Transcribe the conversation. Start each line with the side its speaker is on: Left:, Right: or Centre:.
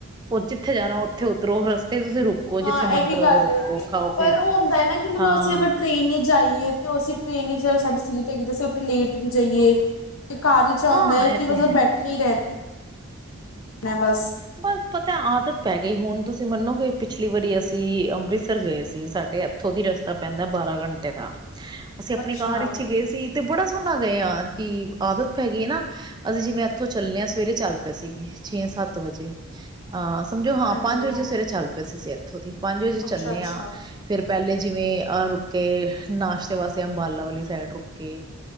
Right: ਉਹ ਜਿੱਥੇ ਜਾਣਾ ਉੱਥੇ ਉਤਰੋ ਰਸਤੇ ਤੇ ਤੁਸੀਂ।
Left: ਹਾਂ
Right: ਜਿੱਥੇ ਮਨ
Left: ਇਹ ਵੀ
Right: ਕਰਦਾ
Left: ਗੱਲ
Right: ਪਿਆ ਰੁਕੋ
Left: ਹੈ
Right: ਖਾਓ ਪੀਓ
Left: ਪਰ ਹੁੰਦਾ ਹੈ ਨਾ ਕਿ ਮਤਲਬ
Right: ਹਾਂ
Left: ਅਸੀਂ ਅਰ, ਟ੍ਰੇਨ ਹੀ ਜਾਈਏ ਤੇ ਅਸੀਂ ਟ੍ਰੇਨ ਸਾਡੀ ਸੀਟ ਹੈਗੀ ਤਾਂ ਅਸੀਂ ਉੱਥੇ ਲੇਟ ਵੀ ਜਾਈਏ। ਕਾਰ ਇਚ ਐ
Right: ਹਾਂ
Left: ਹੁੰਦੈ
Right: ਇਹ
Left: ਕਿ ਮਤਲਬ
Right: ਤੇ ਹੈ
Left: ਬੈਠੇ ਹੀ ਰੈਣ ਮੈਂ ਬਸ
Right: ਬਸ ਪਤਾ ਆਦਤ ਪੈ ਗਈ ਹੁਣ ਤੁਸੀਂ ਮੰਨੋ ਕਿ ਪਿਛਲੀ ਵਾਰੀ ਅਸੀਂ ਅੰਮ੍ਰਿਤਸਰ ਗਏ ਸੀ, ਸਾਡੇ ਹੱਥ ਐਥੋਂ ਦੀ ਰਸਤਾ ਪੈਂਦਾ ਬਾਰਾਂ ਘੰਟੇ ਦਾ, ਅਸੀਂ ਅਪਣੀ
Left: ਅੱਛਾ
Right: ਕਾਰ ਇਚ ਈ ਗਏ ਸੀ। ਤੇ ਬੜਾ ਸੋਹਣਾ ਗਏ ਆ ਕਿ ਆਦਤ ਪੈ ਗਈ ਨਾ ਅਸੀਂ ਜਿਵੇਂ ਇੱਥੋਂ ਚੱਲੇ ਹਾਂ ਸਵੇਰੇ ਚੱਲ ਪਏ ਸੀਗੇ ਛੇ ਸੱਤ ਸੱਤ ਵਜੇ ਅਹ ਸਮਝੋ ਹਾਂ
Left: ਹਾਂਜੀ
Right: ਪੰਜ ਵਜੇ ਸਵੇਰੇ ਚੱਲ ਪਏ ਸੀ ਅਸੀ ਐਥੋਂ ਦੀ। ਪੰਜ ਵਜੇ
Left: ਅੱਛਾ
Right: ਚੱਲੇ
Left: ਅੱਛਾ
Right: ਆ ਫਿਰ ਪਹਿਲੇ ਜਿਵੇਂ ਅਹ ਰੁਕੇ ਨਾਸ਼ਤੇ ਵਾਸਤੇ ਅੰਬਾਲਾ ਵਾਲੀ ਸਾਈਡ ਰੁਕੇ